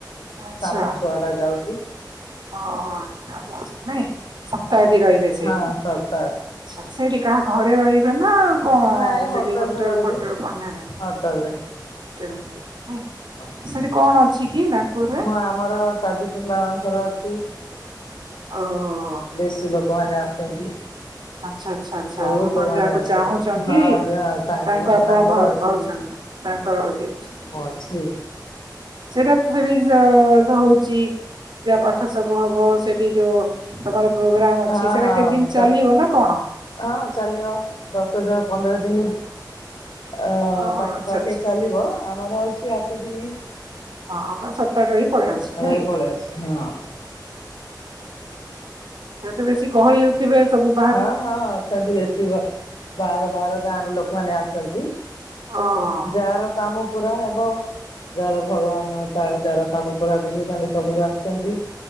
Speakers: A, on the right; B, on the left.
A: ଆଚ୍ଛା
B: ସାନ ଛୁଆ ଟା ଯାଉଛି।
A: ଓହୋ ଆଚ୍ଛା ଆଚ୍ଛା ନାଇଁ ସପ୍ତାହଟି ରହିବେ ସେଇଠି?
B: ହଁ ସପ୍ତାହରେ
A: ଆଛା ସେଇଠି କାହା ଘରେ ରହିବେ ନା କଣ
B: ନାଇଁ
A: ସେଠି
B: ହୋଟେଲରେ
A: ହୋଟେଲ
B: ରହିବୁ।
A: ଫୋଟେଲ କଣ ନେବ?
B: ହୋଟେଲରେ
A: ହୋଟେଲ ନେବେ ନାଇଁ।
B: ହଁ,
A: ସେଠି କଣ ଅଛି କି ନାଗପୁରରେ?
B: ଆମର ତାଜୁଦ୍ଦିିନ ବାବାଙ୍କର ଅଛି।
A: ଓହୋ ହୋ
B: ବେଶୀ ଲୋକମାନେ ଆସନ୍ତି।
A: ଆଚ୍ଛା ଆଚ୍ଛା ଆଚ୍ଛା
B: ବହୁତ
A: ଆପଣ
B: ଲୋକମାନେ
A: ଯାହାକୁ
B: ଆସିଛନ୍ତି
A: ଚାହୁଁଛନ୍ତି,
B: ହଁ ଯା ତାଙ୍କ
A: ତାଙ୍କୁ ଆପଣ
B: ତାଙ୍କର
A: ଭଲ
B: ଅଛି
A: ପାଉଛନ୍ତ ତାଙ୍କ <unintelligible>
B: ହଁ ଅଛି
A: ସେଟା ସେଠି ଯ ହଉଛି। ପୂଜା ପାଠ ସବୁ ହବ ସେଠି ଯୋଉ ତମର ପ୍ରୋଗ୍ରାମ ଅଛି
B: ହଁ
A: ସେଟା
B: ହଁ
A: କେତେ ଦିନ
B: ତ
A: ଚାଲିବ ନା କଣ?
B: ହଁ, ଚାଲିବ ଦଶ ଯା ପନ୍ଦର ଦିନି ଅ
A: ଓହୋ
B: ପାଖେ
A: ଆଚ୍ଛା
B: ପାଖେ
A: ଆଚ୍ଛା।
B: ଚାଲିବ, ଆମର ଅଛି ଆଠ ଦିନି।
A: ହଁ ତ ସପ୍ତାହଟେ ରହି ପଳେଇ ଆସୁଛ
B: ଆ
A: ନାଇଁ
B: ଯାଇ ପଳେଇ ଆସି। ହଁ।
A: ସେଥି ବେଶୀ ଗହଳି ହେଉ ଥିବେ ସବୁ ବା
B: ହଁ, ହଁ, ହଁ ଅଛନ୍ତି ବେଶୀ ବ ବାହାର ବାହାର ଗାଁ ର ଲୋକମାନେ ଆସନ୍ତି।
A: ହଁ ହଁ।
B: ଯାର କାମ ପୁରା ହେବ ଯାର ଭଗବାନ ତା ଯାର କାମ ପୁରା କରିଛନ୍ତି ସବୁକୁ ଆସିଛନ୍ତି।